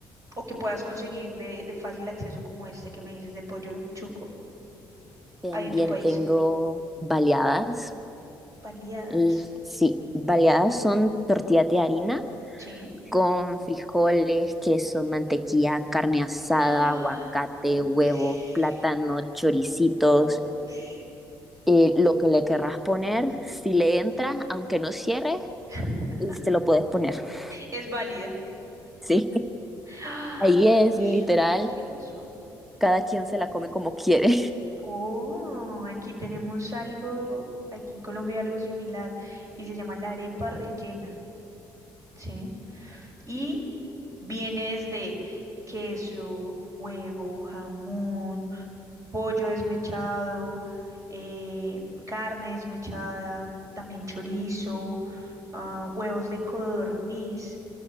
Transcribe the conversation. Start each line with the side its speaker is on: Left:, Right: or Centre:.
Right: o que puedas conseguir de, de fácil acceso como este que me dices de pollo chuco
Centre: También
Right: hay en tu país?
Centre: tengo baleadas.
Right: Paliadas.
Centre: L- Sí, baleadas son tortillas de harina
Right: Sí.
Centre: con frijoles, queso, mantequilla, carne asada,
Right: Ah,
Centre: aguacate,
Right: ush,
Centre: huevo, plátano, choricitos,
Right: ush.
Centre: eh, lo que le querrás poner, si le entra, aunque no cierre,
Right: <laughs>
Centre: eh, se lo puedes poner. <laughs>
Right: Es válido.
Centre: Sí,
Right: Ah,
Centre: ahí es
Right: uy,
Centre: literal,
Right: suena delicioso.
Centre: cada quien se la come como quiere.
Right: Oh, aquí tenemos algo, aquí en Colombia hay algo similar y se llama la arepa rellena, ¿sí? Y Vienes de queso, huevo, jamón, pollo desmechado, eh, carne desmechada, también chorizo, ah, huevos de codorniz,